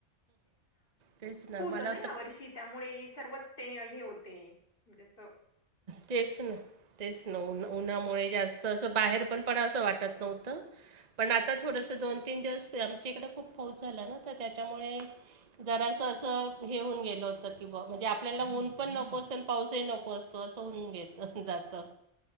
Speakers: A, on the right; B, on the left.
A: तेच ना. मला
B: होत ना या
A: तर
B: वर्षी त्यामुळे, सर्वच ते हे होते जसं.
A: तेच ना. तेच न ऊन उन्हामुळे जास्त, असं बाहेर पण पडावसं वाटत नव्हतं. पण आता थोडंसं, दोन तीन दिवस आमच्या इकडं खूप पाऊस झालं ना तर त्यांच्यामुळं. जरास असं हे होऊन गेल होत की ब म्हणजे, आपल्याला ऊन पण नको असत आणि पाऊसही नको असतो. तसं होवून, घेत जातं.